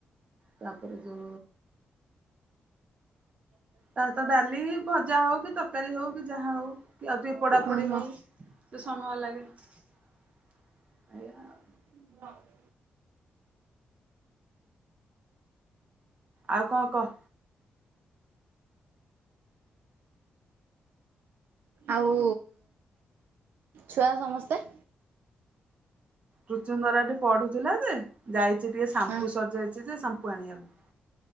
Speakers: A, on the right (about 40°); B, on the right (about 75°).
A: ତାପରେ ଯଉ ତାସହିତ ଡାଲି, ଭଜା ହଉ କି ତରକାରୀ ହଉ କି ଯାହା ହଉ କି ଆଉ ଟିକେ ପୋଡାପୋଡି
B: ଓହୋ
A: ହଉ। ତ ସମୟ ଲାଗେ ଏଇଆ ଆଉ।
B: <inaudible>
A: ଆଉ କଣ କହ୍?
B: ଆଉ ଛୁଆ ସମସ୍ତେ?
A: ରୁଚୁନ୍ଦରା ଟି ପଢୁଥିଲା ଯେ ଯାଇଚି ଟିକେ ସାମ୍ପୁ
B: ହଁ
A: ସରିଯାଇଚି ଯେ ସାମ୍ପୁ ଆଣିବାକୁ।